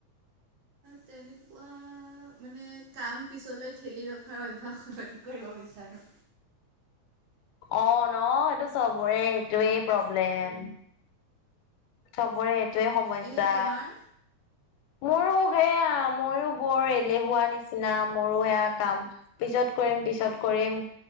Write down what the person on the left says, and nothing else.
অ ন সেইটো চবৰে এইটোৱেই প্ৰব্লেম চবৰে এইটোয়ে সমস্যা
মোৰো সেয়া ময়ো বৰ এলেহুৱা নিচিনা মোৰো সেয়া কাম পিছত কৰিম পিছত কৰিম